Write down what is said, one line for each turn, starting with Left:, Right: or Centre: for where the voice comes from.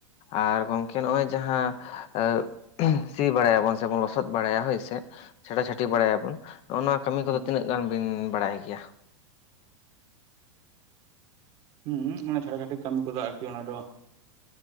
Left: ᱟᱨ ᱜᱚᱝᱠᱮ ᱱᱚᱜᱼᱚᱭ ᱡᱟᱦᱟᱸ ᱟᱸ ᱥᱤ ᱵᱟᱲᱟᱭᱟᱵᱚᱱ ᱥᱮ ᱵᱚᱱ ᱞᱚᱥᱚᱫ ᱵᱟᱲᱟᱭᱟ ᱦᱳᱭ ᱥᱮ ᱪᱷᱟᱴᱟ ᱪᱷᱟᱴᱤ ᱵᱟᱲᱟᱭᱟ ᱵᱚᱱ ᱱᱚᱜ-ᱚ ᱱᱚᱣᱟ ᱠᱟᱹᱢᱤ ᱠᱚᱫᱚ
Right: ᱦᱩᱸ
Left: ᱛᱤᱱᱟᱹᱜ ᱜᱟᱱ ᱵᱤᱱ ᱵᱟᱲᱟᱭ ᱜᱮᱭᱟ?
Right: ᱦᱩᱸ ᱚᱱᱟ ᱪᱷᱟᱴᱟ ᱪᱷᱟᱴᱤ ᱠᱟᱹᱢᱤ ᱠᱚᱫᱟ ᱟᱨᱠᱤ ᱚᱱᱟ ᱫᱚ